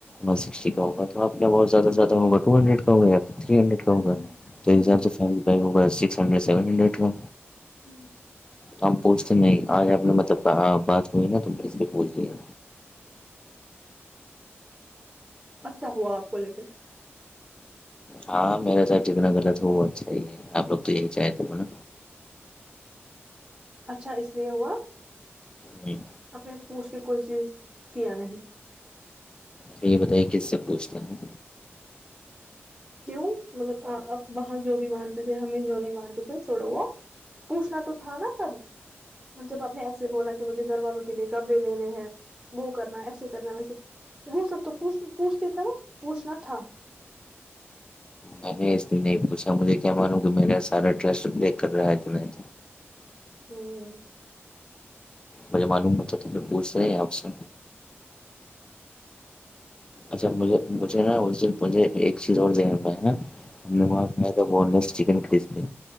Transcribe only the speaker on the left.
ون سکسٹی کاہوگا تو اپ نے کہا بہت زیادہ سے زیادہ ہوگاٹو ہنڈریڈ کا ہوگا یار تری ہنڈریڈ کا
ہوگا تو حساب
سے فم ہوگا سکس ہڈریڈ سیون ہنڈریڈ کا
ہم پوچھتے نہیں آج آپ نے مطلب بات ہوئی نا تو اس لیے پوچھ لیا
ہاں میرے ساتھ جتنا غلط ہو وہ اچھا ہی ہے اپ لوگ تو یہی چاہے تھے نا
ہوں،
تو یہ بتائیے کس سے پوچھتے ہم
میں نے اس لیے نہیں پوھا مجھے کیا معلوم کہ میرا سارا ٹرسٹ دیک کر رہا ہے تو نہیں
مجھے معلوم ہوتا تو پوچھتا میں اپ سے اچھا مجھے مجھے نا اس دن مجھے ایک چیز اور ذہن میں ہے ہم
نے وہاں بونلیس چکن کیسی تھی